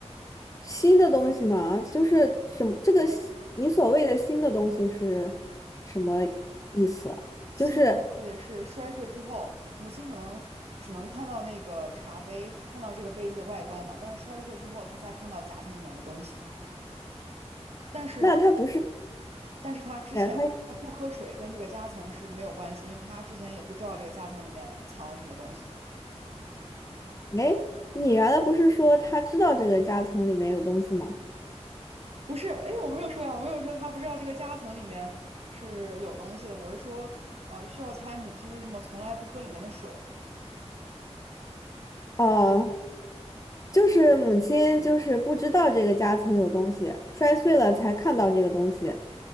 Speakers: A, on the left; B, on the right.
A: 新的东西呢？就是什么这个新你所谓的新的东西是什么意思啊就是
B: 新的东西是摔碎之后，母亲可能只能看到那个茶杯，看到这个杯子的外观嘛，但是摔碎之后，他才看到夹层里面的东西。但是
A: 那它不是
B: 但是他之前他不喝水跟这个夹层是没有关系，
A: 它
B: 因为他之前也不知道这个夹层里面藏了什么东西。
A: 哎，你原来不是说他知道这个夹层里面有东西吗？
B: 不是，哎，我没有说呀，我没有说他不知道这个夹层里面是有东西的，我是说，呃，需要猜母亲为什么从来不喝里面的水。
A: 哦，就是母亲就是不知道这个夹层有东西，摔碎了才看到这个东西，